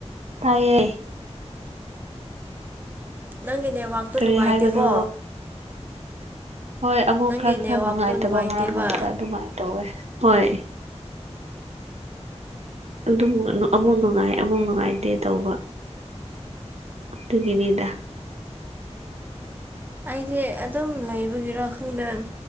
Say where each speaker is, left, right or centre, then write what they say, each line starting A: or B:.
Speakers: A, on the right; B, on the right.
A: ꯇꯥꯏꯌꯦ
B: ꯅꯪꯒꯤ ꯅꯦꯠꯋꯥꯛꯇꯣ
A: ꯀꯔꯤ
B: ꯅꯨꯡꯉꯥꯏꯇꯦꯀꯣ
A: ꯍꯥꯏꯕꯅꯣ ꯍꯣꯏ ꯑꯃꯨꯛ
B: ꯅꯪꯒꯤ
A: ꯈꯔ
B: ꯅꯦꯠꯋꯥꯛꯇꯣ
A: ꯈꯔ ꯅꯨꯡꯉꯥꯏꯇꯕ
B: ꯅꯨꯡꯉꯥꯏꯇꯦꯕ
A: ꯃꯔꯛ ꯃꯔꯛꯇ ꯑꯗꯨꯃꯥꯏꯅ ꯇꯧꯋꯦ ꯍꯣꯏ ꯑꯗꯨ ꯑꯃꯨꯛ ꯅꯨꯡꯉꯥꯏ ꯑꯃꯨꯛ ꯅꯨꯡꯉꯥꯏꯇꯦ ꯇꯧꯕ ꯑꯗꯨꯇꯒꯤꯅꯤꯗ
B: ꯑꯩꯗꯤ ꯑꯗꯨꯝ ꯂꯩꯕꯒꯤꯔꯣ ꯈꯪꯗ